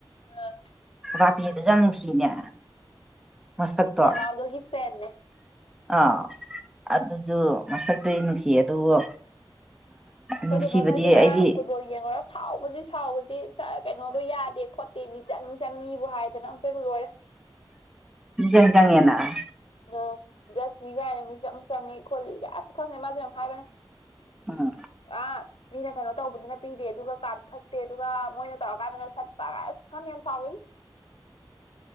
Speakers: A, on the left; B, in the centre.
A: ꯑ
B: ꯕꯥꯞꯄꯦꯌꯦ ꯗꯨꯁꯨ ꯌꯥꯝ ꯅꯨꯡꯁꯤꯅꯦ ꯃꯁꯛꯇꯣ
A: ꯔꯣꯅꯥꯜꯗꯣꯒꯤ ꯐꯦꯟꯅꯦ
B: ꯑꯥ ꯑꯗꯨꯖꯨ ꯃꯁꯛꯇꯨꯗꯤ ꯅꯨꯡꯁꯤ ꯑꯗꯨꯕꯨ ꯅꯨꯡꯁꯤꯕꯗꯤ
A: ꯍꯣꯏꯗꯣ ꯅꯣꯏꯗꯤ ꯉꯔꯥꯡ
B: ꯑꯩꯗꯤ
A: ꯐꯨꯠ ꯕꯣꯜ ꯌꯦꯡꯉꯨꯔ ꯁꯥꯎꯕꯁꯤ ꯁꯥꯎꯕꯁꯤ ꯀꯩꯅꯣꯗꯣ ꯌꯥꯗꯦ ꯈꯣꯠꯇꯦ ꯃꯤ ꯆꯪ ꯆꯪꯉꯤꯕꯨ ꯍꯥꯏꯗꯅ ꯑꯝꯇꯣꯏꯕꯨ ꯂꯣꯏꯔꯦ
B: INAUDIBLE
A: ꯑꯥ ꯖꯁꯅꯤ ꯀꯥꯏꯅ ꯃꯤꯆꯪ ꯆꯪꯉꯤ- ꯈꯣꯠꯂꯤ ꯍꯥꯖ ꯈꯪꯗꯦ ꯃꯥꯖꯨ ꯌꯥꯝ ꯍꯥꯏꯕꯅꯦ
B: ꯎꯝ
A: ꯑꯥ ꯃꯤꯅ ꯀꯩꯅꯣ ꯇꯧꯕꯗꯨꯅ ꯄꯤꯗꯦ ꯑꯗꯨꯒ ꯀꯥꯠ ꯊꯠꯇꯦ ꯑꯗꯨꯒ ꯃꯣꯏꯅ ꯇꯧꯔꯀꯥꯟꯗꯅ ꯁꯠꯄꯒ ꯑꯁ ꯈꯪꯗꯦ ꯌꯥꯝ ꯁꯥꯎꯒꯤꯝꯅꯤ